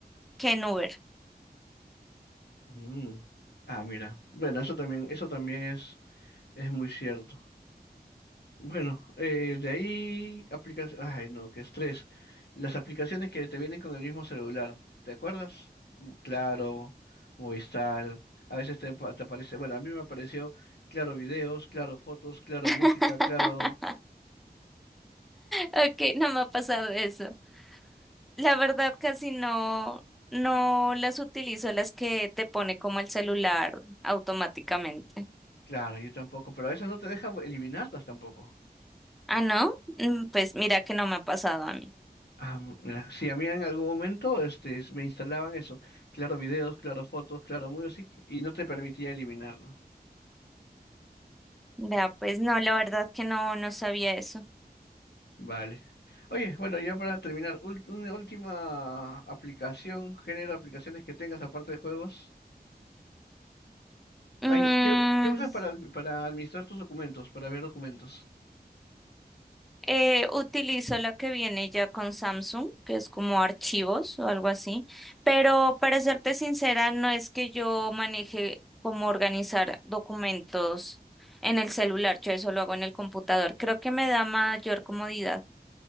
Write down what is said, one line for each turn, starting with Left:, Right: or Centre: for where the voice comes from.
Centre: que en Uber.
Left: Mm. Ah, mira, bueno, eso también, eso también es, es muy cierto. Bueno, eh, de ahí aplicaciones, ay no, qué estrés. Las aplicaciones que te vienen con el mismo celular, ¿te acuerdas? Mm, Claro, Movistar, a veces te, pa- te aparece, bueno, a mí me apareció Claro videos, Claro fotos, Claro
Centre: <laughs>
Left: música, Claro,
Centre: Ok, no me ha pasado eso. La verdad, casi no, no las utilizo, las que te pone como el celular automáticamente.
Left: claro, yo tampoco, pero a veces no te deja eliminarlas tampoco.
Centre: Ah, ¿no? Mm, Pues mira que no me ha pasado a mí.
Left: Ah, m- mira, sí, a mí en algún momento este, s- me instalaban eso, Claro videos, Claro fotos, Claro music, y no te permitía eliminarlo.
Centre: Vea, pues no, la verdad que no, no sabía eso.
Left: Vale. Oye, bueno, ya para terminar, ul- una última aplicación, género de aplicaciones que tengas aparte de juegos.
Centre: Mm,
Left: Ay, ¿qué, qué usas para, admi- para administrar tus documentos, para ver documentos?
Centre: Eh, utilizo la que viene ya con Samsung, que es como archivos o algo así, pero para serte sincera, no es que yo maneje cómo organizar documentos en el celular, yo eso lo hago en el computador. Creo que me da mayor comodidad.